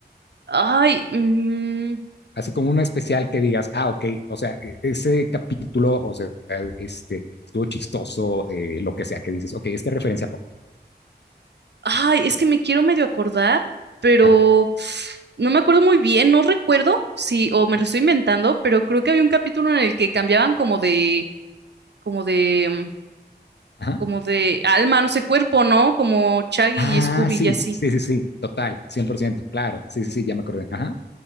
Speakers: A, on the right; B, on the left.
A: Ay, mm,
B: Así como uno especial que digas, ah, ok, o sea, e, ese capítulo, o sea, este, estuvo chistoso, eh, lo que sea, que dices, ok, esta referencia pop.
A: ay, es que me quiero medio acordar, pero
B: Ajá,
A: no me acuerdo muy bien, no recuerdo si, o
B: ajá,
A: me lo estoy inventando, pero creo que había un capítulo en el que cambiaban como de, como de, mm,
B: ajá.
A: como de alma, no sé, cuerpo, ¿no? Como Shaggy
B: Ah,
A: y Scooby
B: sí,
A: y así.
B: sí, sí, sí, total, 100% claro, sí, sí, sí, ya me acordé. Ajá,